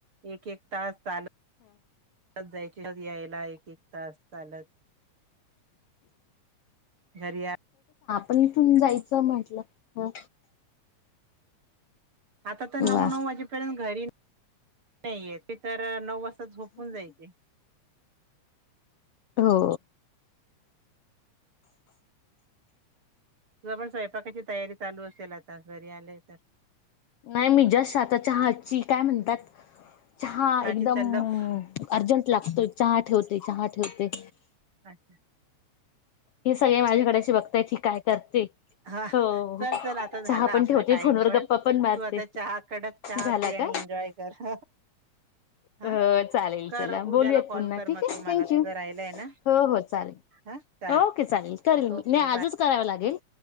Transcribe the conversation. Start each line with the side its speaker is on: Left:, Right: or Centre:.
Right: एक एक तास चालत जायची यायला एक एक तास चालत घरी या
Left: पण इथून जायचं म्हटलं ह
Right: आता तर नऊ
Left: वा
Right: नऊ वाजेपर्यंत घरी नाही हाय तर नऊ वाजता झोपून जायचे
Left: हो.
Right: तु पण स्वयंपाकाची तयारी चालू असेल आता घरी आले तर
Left: नाही मी जस्ट आात चहाची आता काय म्हणतात चहा
Right: चहाची
Left: एकदम
Right: तल्लफ
Left: अर्जंट लागतोय चहा ठेवते चहा ठेवते
Right: अच्छा!
Left: हे सगळे माझ्याकडशी बघताय की काय करते
Right: हा
Left: हो
Right: चल चल आता झाला
Left: चहा पण
Right: आपला
Left: ठेवते
Right: टाइम
Left: फोनवर
Right: पण
Left: गप्पा मारते
Right: तू आता चहा कडक चहा
Left: झाला
Right: पिणे
Left: का
Right: एन्जॉय कर हा
Left: हो चालेल
Right: कर
Left: चला
Right: उद्याला
Left: बोलूयात
Right: कॉल
Left: पुन्हा
Right: कर
Left: ठीक
Right: मग
Left: आहे
Right: तू
Left: थँक्यू
Right: मला तुझ राहिलाय ना
Left: हो हो चालेल
Right: हा.
Left: ओके चालेल करेल मी
Right: ओके
Left: नाही
Right: बाय
Left: आजच कराव लागेल